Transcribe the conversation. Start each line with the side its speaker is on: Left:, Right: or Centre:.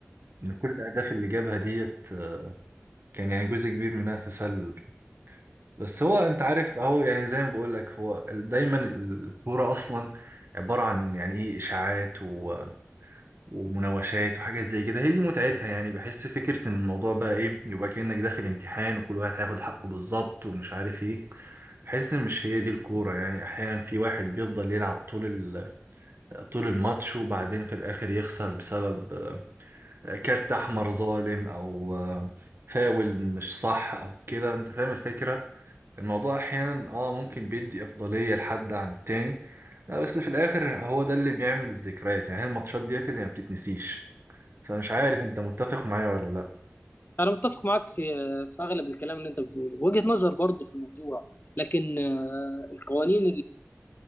Right: ان كل الاهداف اللي جابها ديت آه، كان يعني جزء كبير منها تسلل بس هو انت عارف هو يعني زي ما بقول لك هو ال- دايما الكوره اصلا عباره عن يعني ايه اشاعات و... ومناوشات وحاجات زي كده هي دي متعتها يعني بحس فكره ان الموضوع بقى ايه يبقى كانك داخل امتحان وكل واحد هياخد حقه بالظبط ومش عارف ايه بحس ان مش هي دي الكوره يعني احيانا في واحد بيفضل يلعب طول ال... طول الماتش وبعدين في الاخر يخسر بسبب آه، كارت احمر ظالم او آه، فاول مش صح او كده انت فاهم الفكره الموضوع احيانا اه ممكن بيدي افضليه لحد عن التاني لا بس في الاخر هو ده اللي بيعمل الذكريات يعني هي الماتشات ديت اللي ما بتتنسيش فمش عارف انت متفق معايا ولا لا
Left: انا متفق معاك في في اغلب الكلام اللي انت بتقوله وجهة نظر برضه في الموضوع لكن آه، القوانين